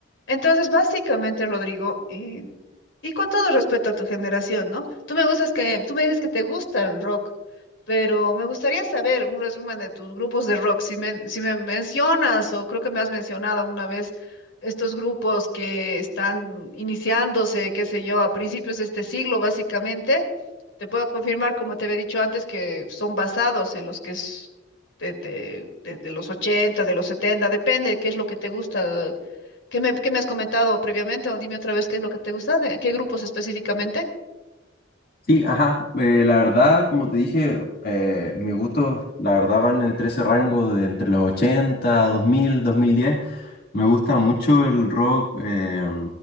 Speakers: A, on the left; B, on the left.
A: Entonces, básicamente, Rodrigo, eh, y con todo respeto a tu generación, ¿no? Tú me gustas que, tú me dices que te gusta el rock, pero me gustaría saber un resumen de tus grupos de rock. Si me, si me mencionas, o creo que me has mencionado alguna vez, estos grupos que están iniciándose, qué sé yo, a principios de este siglo, básicamente, te puedo confirmar, como te había dicho antes, que son basados en los que es de, de, de- de los 80, de los 70, depende de qué es lo que te gusta ¿Qué me, qué me has comentado previamente? O dime otra vez qué es lo que te gusta, de- qué grupos específicamente.
B: Sí, ajá. eh, la verdad, como te dije, eh, mis gustos, la verdad, van entre ese rango de entre los ochenta, dos mil, dos mil diez. Me gusta mucho el rock eh,